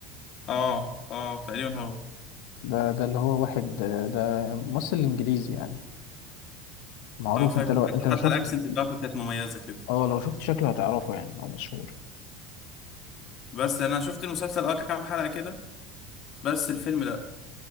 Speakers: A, on the left (about 45°); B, on the left (about 70°).
A: اه اه تقريبا هو
B: ده ده اللي هو واحد آه، ده ممثل انجليزي يعني معروف
A: اه فاكر
B: انت لو انت
A: حتى
B: لو
A: حتى
B: شفت
A: الاكسنت بتاعته كانت مميزه كده
B: اه لو شفت شكله هتعرفه يعني هو مشهور
A: بس انا شفت المسلسل اه كام حلقه كده بس الفيلم لا